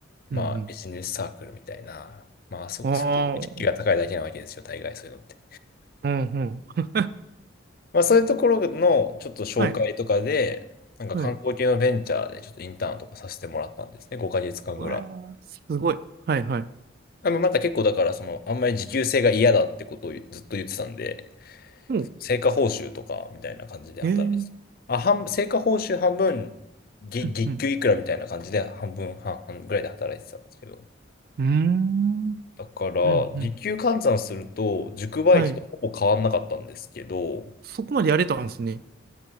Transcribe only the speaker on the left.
まあビジネスサークルみたいな、まあそこ、
そういうとこ意識が高いだけなわけですよ、大概そういうのって。
まあそういうところのちょっと紹介とかで、
なんか観光系のベンチャーでちょっとインターンとかさせてもらったんですね、
5ヶ月間ぐらい。
あの、なんか結構だから、その、あんまり時給制が嫌だってことをずっと言ってたんで、
成果報酬とかみたいな感じで働いてた。
あ、半、成果報酬半分、ぎ、
月給いくらみたいな感じで半分、半々ぐらいで働いてたんですけど。
だから、
時給換算すると、塾バイトとほぼ変わんなかったんですけど、